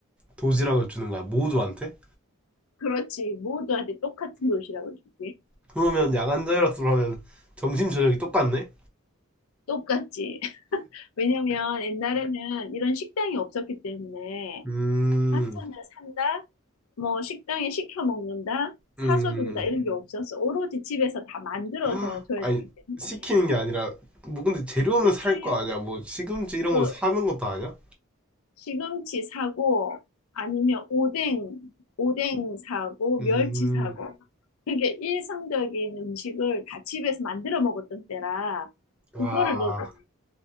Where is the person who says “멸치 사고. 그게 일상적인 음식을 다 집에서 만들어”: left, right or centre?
Left